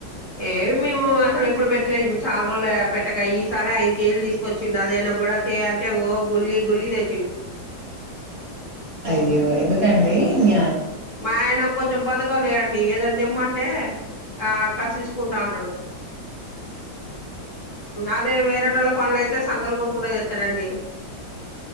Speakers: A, on the left; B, on the right.
A: ఏవి మేము అసలు ఎప్పుడు పెట్టలే ఇప్పుడు చాలా రోజులు పెట్టక ఈ సారి ఐదు కేజీలు తీసు కొచ్చిండు అదైనా కూడా తే అంటే ఓ గులిగి గులిగి దె
B: అయ్యో ఎందు అండి ఇంగ
A: మా ఆయన కొంచెం బతకలే అండి అ ఏదైనా ఇమ్మంటే ఆ కసిరించుకుంటా ఉంటాడు అదే వేరేట వాళ్ళ పనులు అయితే సంకల్ కొట్టు కుంట్ట చేస్తాడండి